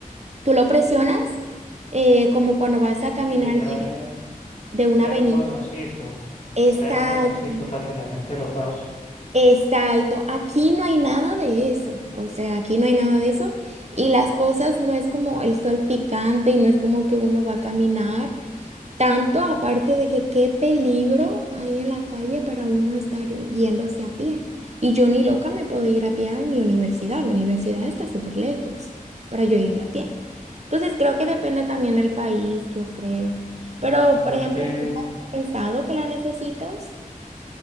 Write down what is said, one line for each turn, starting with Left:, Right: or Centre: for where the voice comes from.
Right: Tú lo presionas eh, como cuando vas a
Left: Así
Right: caminar
Left: que traen,
Right: de, de una
Left: traen
Right: avenida.
Left: un botoncito,
Right: Exacto,
Left: traen un botoncito para que la gente lo pause.
Right: exacto. Aquí no hay nada de eso. O sea, aquí no hay nada de eso. Y las cosas no es como el sol picante y no es como que uno va a caminar. Tanto aparte de que qué peligro hay en la calle para uno estar yéndose a pie. Y yo ni loca me puedo ir a pie a mi universidad. Mi universidad está súper lejos para yo irme a pie. Entonces creo que depende también del país, yo creo.
Left: Mm,
Right: Pero, por
Left: Es
Right: ejemplo,
Left: que
Right: ¿nunca has pensado que la necesitas?